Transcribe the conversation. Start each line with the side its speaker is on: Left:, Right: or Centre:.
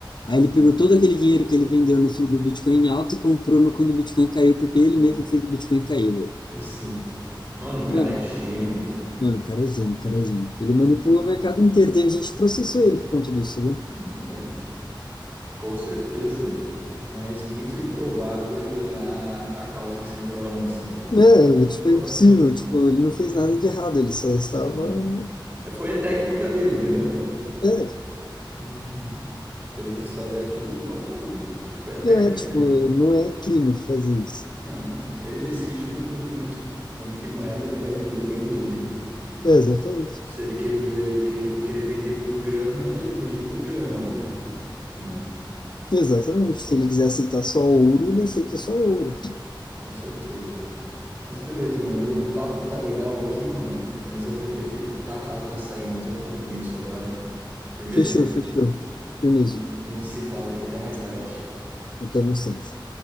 Left: Aí
Right: Sim.
Left: ele pegou todo aquele dinheiro que ele vendeu no, no Bitcoin em alta e comprou no quando o Bitcoin caiu, porque ele
Right: É,
Left: mesmo fez o Bitcoin cair, velho.
Right: assim. Mano, o cara
Left: Mano,
Right: é gênio, mano.
Left: mano, o cara é gênio, o cara é gênio. Ele
Right: Uhum.
Left: manipulou o mercado inteiro. Teve gente que processou ele por conta disso, né?
Right: Não, ué. Com certeza. Mas muito improvável ele ganhar a causa em cima do Elon Musk, mano.
Left: É,
Right: Improvável.
Left: tipo, é impossível. Tipo, ele não fez
Right: Uhum.
Left: nada de errado. Ele só
Right: Sim.
Left: estava.
Right: É, Foi a técnica dele, entendeu?
Left: É,
Right: Uhum. Ele quis fazer aquilo, pronto, acabou. E Foi a técnica
Left: é, tipo,
Right: dele.
Left: não é crime fazer isso.
Right: Não, ele decide com, com, que- com que moeda ele vai vender o bem dele, né?
Left: É, exatamente.
Right: Se ele quer ver- querer, querer vender por grama, ele vende por grama, ué, né?
Left: Exatamente. Se ele quiser aceitar só ouro, ele aceita só ouro.
Right: Com certeza. Mas beleza, mano, o papo tá legal aqui, mano, mas eu vou ter que tá, tá saindo, eu tenho um compromisso agora. Firmeza?
Left: Fechou, fechou. Firmeza.
Right: A gente a gente se fala aí, até mais tarde.
Left: Até mais tarde.